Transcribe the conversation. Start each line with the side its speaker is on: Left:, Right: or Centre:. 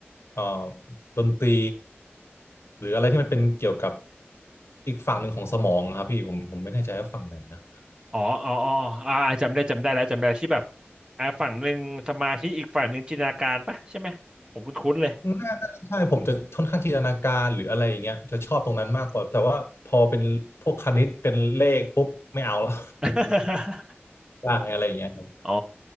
Left: เอ่อดนตรีหรืออะไรที่มันเป็นเกี่ยวกับอีกฝั่งหนึ่งของสมองอะครับพี่ผมผมไม่แน่ใจว่าฝั่งไหนนะ
Right: อ๋ออ๋ออ๋ออ่าจำได้จำได้แล้วจำได้ที่แบบอ่าฝั่งหนึ่งสมาธิอีกฝั่งหนึ่งจินตนาการปะใช่ไหมผมคุ้นๆเลย
Left: น่าน่าใช่ผมจะค่อนข้างจินตนาการหรืออะไรอย่างเงี้ยจะชอบตรงนั้นมากกว่าแต่ว่าพอเป็นพวกคณิตเป็นเลขปุ๊บไม่เอาแล้ว
Right: <laughs>
Left: ได้อะไรอย่างเงี้ยครับ
Right: อ๋อ